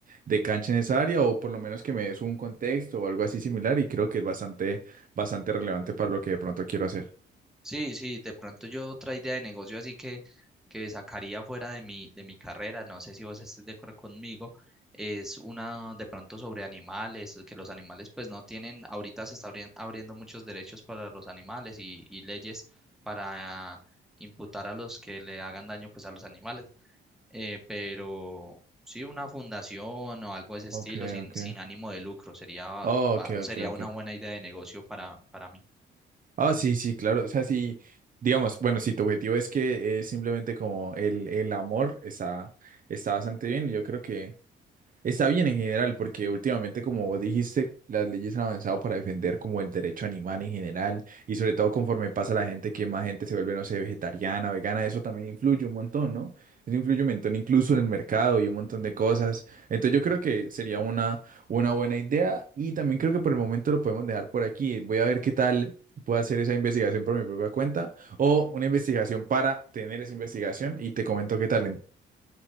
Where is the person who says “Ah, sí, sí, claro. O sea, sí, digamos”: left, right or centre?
Right